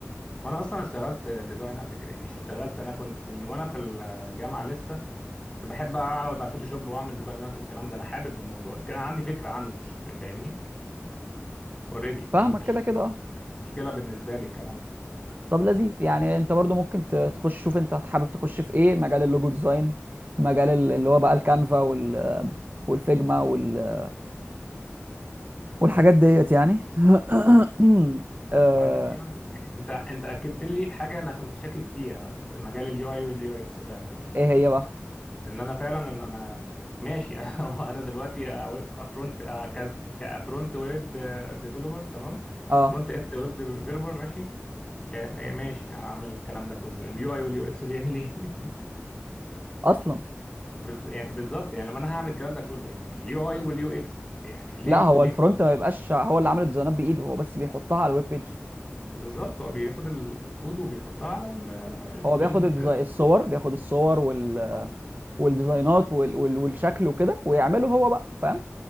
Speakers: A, on the left; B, on the right.
A: وانا اصلا اشتغلت ديزاين قبل كده مش اشتغلت انا كنت من وانا في الجامعة لسه كنت بحب اقعد على الفوتوشوب واعمل ديزاينات والكلام ده انا حابب الموضوع ده كان عندي فكره عنه مش فاهمني اوريدي فمش
B: فاهمك كده كده اه
A: مشكله بالنسبه لي الكلام ده
B: طب لذيذ يعني انت برضو ممكن ت- تخش شوف انت حابب تخش في ايه مجال اللوجو ديزاين مجال ال- اللي هو بقى الكانفا وال والفيجما وال والحاجات ديت يعني <clears throat> آه،
A: أو انت فعلا انت انت اكدت لي حاجه انا كنت شاكك فيها في مجال اليو اي واليو اكس فعلا يعني
B: ايه هي بقى
A: ان انا فعلا ان انا ماشي <laughs> انا دلوقتي فرونت كز كفرونت ويب ديفلوبر تمام
B: اه
A: فرونت اند ويب ديفلوبر ماشي يا- يا ماشي هعمل الكلام ده كله اليو اي واليو اكس بيعمل ايه <laughs>
B: اصلا
A: بز... يعني بالظبط يعني لما انا هعمل الكلام ده كله يعني اليو اي واليو اكس يعني ليه
B: لا
A: ك-
B: هو
A: ليه
B: الفرونت ما بيبقاش هو اللي عامل الديزاينات بايده هو بس بيحطها على الويب بيج
A: بالظبط هو بياخد ال- الكود وبيحطها على ال بال-
B: هو بياخد الديزاين
A: بال-
B: الصور بياخد الصور وال...
A: اه
B: والديزاينات وال... وال... والشكل وكده ويعمله هو بقى فاهم